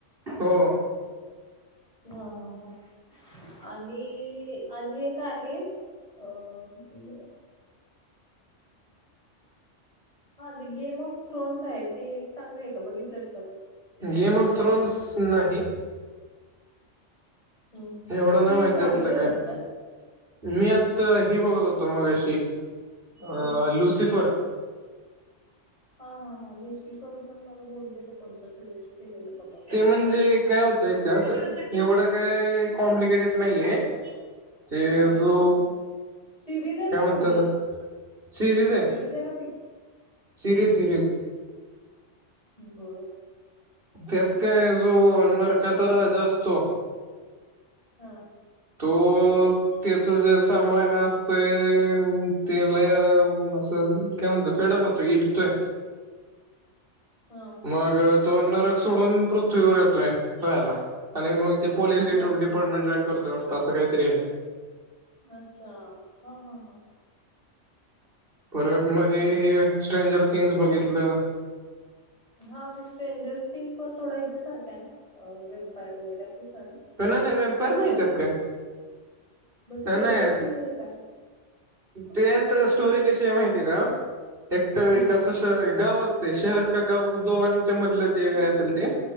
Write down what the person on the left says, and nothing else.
हा हा हो. आणि आणि हे एक आहे अ कुठली बर हा ते गेम ऑफ थ्रोन्स आहे ते चांगले आहे का बघितलंस का तू?
हम्म, हम्म,
हम्म.
ती
एक चांगली
आहे
म्हणतात
कोणती
हा हा हा लुसिफर पण मला बोललेलं कोणतं सजेस्ट केलेलं मला.
नाहीये
का हा सिरीज आहे
का
मूवी आहे
सिरीज हाय का पिक्चर.
बरं.
हा.
हा
बर
अच्छा! हा हा हा
हम्म.
हा ते स्ट्रेंजर्स थिंग्स पण थोडा यांच्यासारखा आहे ना वेम्पायर वगैरे असं ना.
म्हणजे
मग स्ट्रेंजर
थिंग्स मध्ये काय?
हम्म.